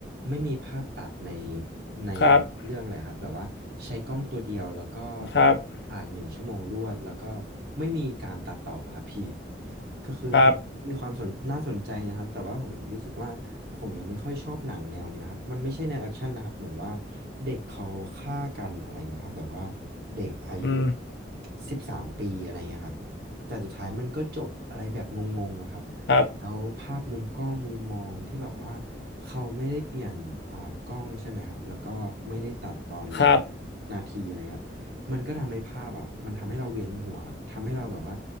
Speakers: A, on the right; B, on the left.
A: ไม่มีภาพตัดในใน
B: ครับ
A: เรื่องเลยครับแบบว่าใช้กล้องตัวเดียวแล้วก็
B: ครับ
A: ถ่ายหนึ่งชั่วโมงรวดแล้วก็ไม่มีการตัดต่ออะครับพี่ก็คือมันมีความสนน่าสนใจนะครับแต่ว่าผมรู้สึกว่าผมยังไม่ค่อยชอบหนังแนวเนี้ยครับมันไม่ใช่แนวแอคชั่นนะครับเหมือนว่า
B: ครับ
A: เด็กเขาฆ่ากันอะไรเงี้ยครับแบบว่าเด็กอายุ
B: อืม
A: สิบสามปีอะไรเงี้ยครับ แต่สุดท้ายมันก็จบอะไรแบบงงๆอะครับ
B: ครับ
A: แล้วภาพมุมกล้องมุมมองที่แบบว่าเขาไม่ได้เปลี่ยนอ่ากล้องใช่ไหมครับแล้วก็ไม่ได้ตัดตอนเลย
B: ครับ
A: นาทีอะไรครับมันก็ทำให้ภาพอ่ะมันทำให้เราเวียนหัวทำให้เราแบบว่า